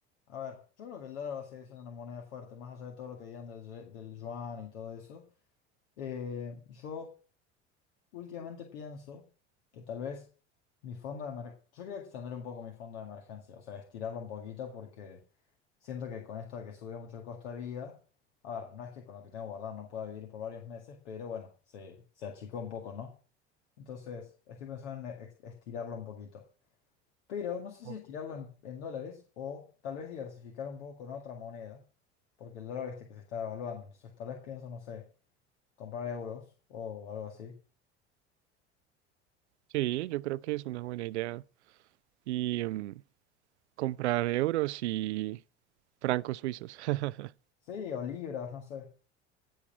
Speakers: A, on the left; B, on the right.
A: A ver, yo creo que el dólar va a seguir siendo una moneda fuerte, más allá de todo lo que digan del, ye- del yuan y todo eso. Eh, yo últimamente pienso que tal vez mi fondo de emergencia... Yo quiero extender un poco mi fondo de emergencia, o sea, estirarlo un poquito porque siento que con esto de que subió mucho el costo de vida, a ver, no es que con lo que tengo guardado no pueda vivir por varios meses, pero bueno, se, se achicó un poco, ¿no? Entonces, estoy pensando en ex- estirarlo un poquito. Pero no sé
B: Ok.
A: si estirarlo en, en dólares o tal vez diversificar un poco con otra moneda, porque el dólar viste que se está devaluando. Entonces, tal vez pienso, no sé, comprar euros o algo así.
B: Sí, yo creo que es una buena idea. Y em, comprar euros y francos suizos. <laughs>
A: Sí, o libras, no sé.